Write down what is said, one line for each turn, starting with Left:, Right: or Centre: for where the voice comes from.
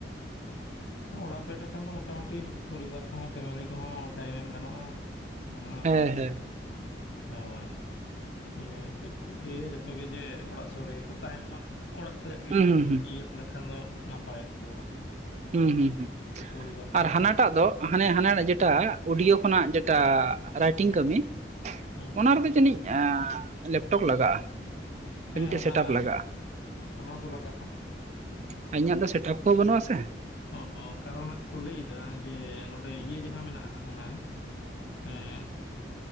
Left: ᱚᱲᱟᱜ ᱯᱷᱮᱰ ᱨᱮᱠᱷᱟᱱ ᱫᱚ ᱢᱚᱴᱟᱢᱩᱴᱤ ᱯᱚᱨᱤᱵᱟᱨ ᱠᱚᱦᱚᱸ ᱯᱷᱮᱢᱮᱞᱤ ᱠᱚᱦᱚᱸ ᱴᱟᱭᱤᱢ ᱮᱢ ᱜᱟᱱᱚᱜᱼᱟ᱾ ᱚᱱᱟ
Right: ᱦᱮᱸ ᱦᱮᱸ
Left: ᱦᱳᱭ ᱤᱱᱟᱹ ᱜᱮᱛᱚ᱾ ᱠᱚ ᱤᱹᱭᱟ ᱡᱚᱛᱚᱜ ᱜᱮ ᱡᱮ ᱚᱲᱟᱜ ᱥᱳᱨ ᱨᱮᱜᱮᱠᱚ ᱛᱟᱦᱮᱱ ᱢᱟ ᱚᱲᱟᱜ ᱠᱷᱚᱱᱟᱜ ᱜᱮ
Right: ᱦᱩᱸ
Left: ᱠᱟᱹᱢᱤ
Right: ᱦᱩᱸ
Left: ᱤᱭᱟᱹ ᱞᱮᱠᱷᱟᱱ ᱫᱚ ᱱᱟᱯᱟᱭᱚᱜ ᱛᱟᱵᱚᱱᱟ᱾
Right: ᱦᱩᱸ ᱦᱩᱸ
Left: ᱯᱚᱨᱤᱵᱟᱨ ᱠᱚ
Right: ᱟᱨ
Left: ᱟᱛᱮ
Right: ᱦᱟᱱᱟᱴᱟᱜ ᱫᱚ ᱦᱟᱱᱮ ᱦᱟᱱᱟᱨᱮ ᱡᱮᱴᱟ ᱳᱰᱤᱭᱳ ᱠᱷᱚᱱᱟᱜ ᱡᱮᱴᱟ ᱨᱟᱭᱴᱤᱝ
Left: ᱦᱩᱸ
Right: ᱠᱟᱹᱢᱤ
Left: ᱦᱩᱸ
Right: ᱚᱱᱟ ᱨᱮᱫᱚ ᱡᱟᱹᱱᱤᱡ ᱟᱸ ᱞᱮᱯᱴᱚᱯ ᱞᱟᱜᱟᱜᱼᱟ᱾ ᱥᱮ
Left: ᱦᱮᱸ
Right: ᱢᱤᱴᱮᱜ
Left: ᱚᱱᱟ
Right: ᱥᱮᱴᱟᱯ ᱞᱟᱜᱟᱜᱼᱟ᱾
Left: ᱚᱱᱟ ᱫᱚ ᱞᱟᱜᱟᱜᱼᱟ
Right: ᱟᱨ ᱤᱧᱟᱹᱜ ᱫᱚ ᱥᱮᱴᱟᱯ ᱦᱚᱸ ᱵᱟᱹᱱᱩᱜ-ᱟ ᱥᱮ
Left: ᱦᱚᱸᱜᱼᱚ ᱠᱟᱨᱚᱱ ᱦᱟᱸᱜ ᱠᱚ ᱞᱟᱹᱭ ᱮᱫᱟ ᱡᱮ ᱱᱚᱸᱰᱮ ᱤᱭᱟᱹ ᱡᱟᱦᱟᱸ ᱢᱮᱱᱟᱜᱼᱟᱜ ᱚᱱᱟ ᱮᱸᱜ